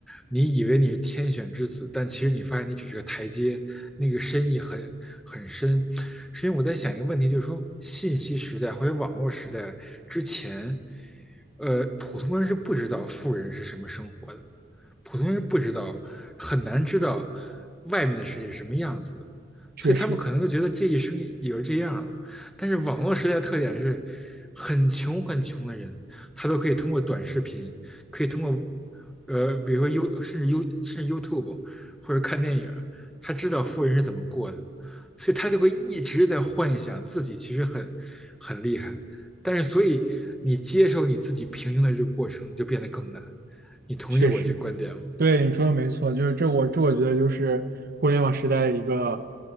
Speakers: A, in the centre; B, on the right.
A: 你以为你是天选之子，但其实你发现你只是个台阶，那个深意很很深，是因为我在想一个问题，就是说信息时代或者网络时代之前，呃，普通人是不知道富人是什么生活的，普通人不知道，很难知道外面的世界是什么样子的，
B: 确实。
A: 所以他们可能就觉得这一生也就这样了。但是网络时代的特点是，很穷很穷的人，他都可以通过短视频，可以通过，呃，比如说 y u 甚至 y u 甚至 YouTube 或者看电影，他知道富人是怎么过的，所以他就会一直在幻想自己其实很很厉害，但是所以你接受你自己平庸的这个过程就变得更难。你同意我这个观点吗？
B: 确实，对你说的没错，就是这我这我觉得就是互联网时代一个，